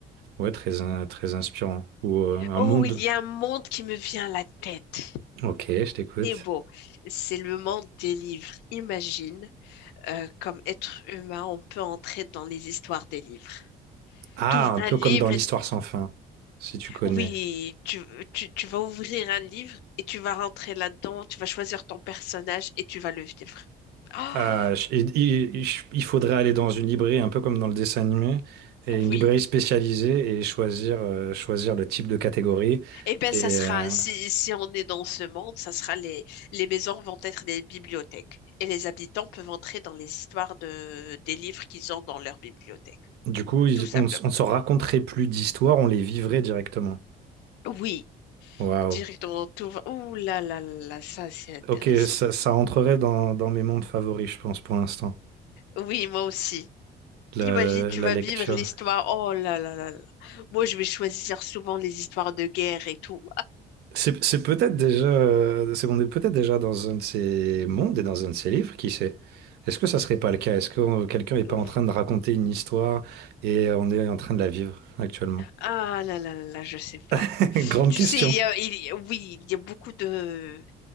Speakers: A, on the right; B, on the left.
A: ouais, très, in- très inspirant ou euh, un
B: Oh,
A: monde.
B: il y a un monde qui me vient à la tête.
A: Ok, je t'écoute.
B: C'est beau. C'est le monde des livres. Imagine, euh, comme être humain, on peut entrer dans les histoires des livres.
A: Ah,
B: T'ouvres
A: un
B: un
A: peu
B: livre
A: comme dans l'histoire
B: et
A: sans fin, si tu connais.
B: oui, tu, tu, tu vas ouvrir un livre et tu vas rentrer là-dedans, tu vas choisir ton personnage et tu vas le vivre. Ah,
A: Ah, je- il, il- je- il faudrait aller dans une librairie un peu comme dans le dessin animé, et une
B: oui,
A: librairie spécialisée et choisir, euh, choisir le type de catégorie.
B: Eh bien,
A: Et
B: ça sera,
A: euh,
B: si, si on est dans ce monde, ça sera les, les maisons vont être des bibliothèques et les habitants peuvent entrer dans les histoires de, des livres qu'ils ont dans leur bibliothèque,
A: du coup, il-
B: tout simplement.
A: on ne s- on ne se raconterait plus d'histoires, on les vivrait directement.
B: Oui.
A: Waouh.
B: Directement, tout va. Ouh là là là, ça c'est intéressant.
A: Ok, ça, ça entrerait dans, dans mes mondes favoris, je pense, pour l'instant,
B: Oui, moi aussi.
A: la,
B: Imagine, tu
A: la
B: vas
A: lecture.
B: vivre l'histoire. Oh là là là là. Moi, je vais choisir souvent les histoires de guerre et tout.
A: C'est c'est peut-être déjà, euh, c'est, on est peut-être déjà dans un de ces mondes et dans un de ces livres, qui sait? Est-ce que ça serait pas le cas? Est-ce que euh, quelqu'un n'est
B: <laughs>
A: pas en train de raconter une histoire et euh, on est en train de la vivre actuellement?
B: Ah là là là, là, je sais pas.
A: <laughs> Grande
B: Tu
A: question
B: sais, il y a, il y a- oui, il y a beaucoup de,